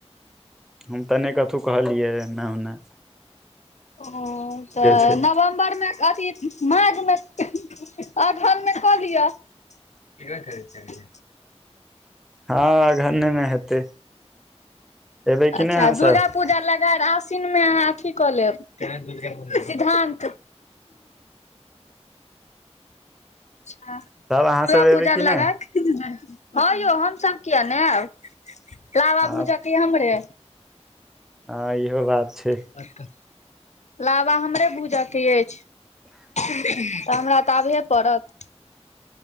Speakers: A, in the centre; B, on the left.
A: हम तऽ नहि कथहु कहलियै एना ओन्ना।
B: ओ तऽ
A: छै
B: नवंबर नवम्बर मे अथी माघ मे अगहन मे क लिअ। केकरा कहै <unintelligible>
A: हँ अगहने में हेतै। एबै कि
B: अच्छा
A: नहि अहाँसभ
B: दुर्गा पूजा लगायल आस सिन मे अहाँ अथी कऽ लेब सिद्धानत अच्छा दुर्गापूजार
A: तब अहाँसभ एबै कि
B: लगायल।
A: नहि
B: हँ यौ हम सब किया ने आयब लाबा
A: हँ
B: भूजा कि हमरे।
A: हँ इहो बात छैय।
B: <unintelligible> लाबा हमरे भूजऽ के अछि तऽ हमरा तऽ आबहे पड़त।